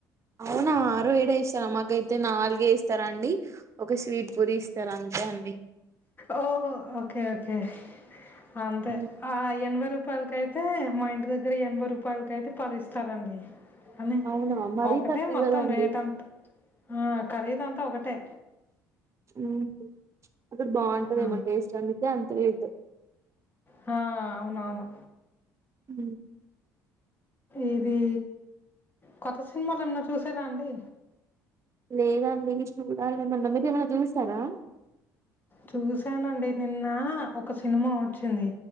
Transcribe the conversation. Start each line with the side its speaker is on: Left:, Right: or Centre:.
Right: అవునా ఆరో ఏడో ఇస్తారా మాకైతే నాలుగే ఇస్తారండి ఒక స్వీట్ పూరి ఇస్తారు అంతే అండి
Left: ఓ ఓకే ఓకే అంతే
Right: ఉమ్,
Left: ఆ ఎన్వరు రూపాయలకయితే మా ఇంటి దగ్గర ఎనభై రూపాయలక అయితే పదిస్తారండి అని
Right: అవునా మరీ
Left: ఒకటే
Right: తక్కువ
Left: మొత్తం
Right: కదండి
Left: రేట్ అంత ఆ ఖరీద్ అంతా ఒకటే
Right: ఊహు అక్కడ బాగుంటుందేమో
Left: ఆ,
Right: టేస్ట్ అందుకే అంత రేటు
Left: హా అవునవును
Right: ఉ
Left: ఇది కొత్త సినిమాలు ఏమన్నా చూసారా అండి
Right: లేదాండి చూడాలి మన్న మీదిమ చూసారా
Left: చూసానండి నిన్న ఒక సినిమా వచ్చింది